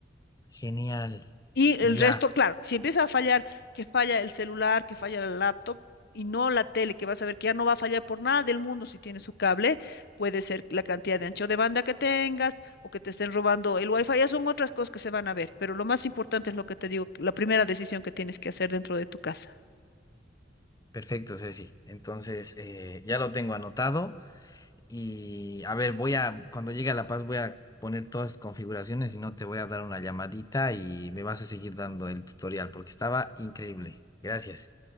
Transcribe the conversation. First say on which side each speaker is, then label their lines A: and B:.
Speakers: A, on the left; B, on the left.
A: Genial.
B: Y el
A: Ya,
B: resto, claro, si empieza a fallar, que falla el celular, que falla la laptop y no la tele, que vas a ver que ya no va a fallar por nada del mundo si tiene su cable, puede ser la cantidad de ancho de banda que tengas o que te estén robando el wifi, ya son otras cosas que se van a ver, pero lo más importante es lo que te digo, la primera decisión que tienes que hacer dentro de tu casa.
A: perfecto, Ceci. Entonces, eh, ya lo tengo anotado y a ver, voy a, cuando llegue a La Paz voy a poner todas las configuraciones y no te voy a dar una llamadita y me vas a seguir dando el tutorial porque estaba increíble. Gracias.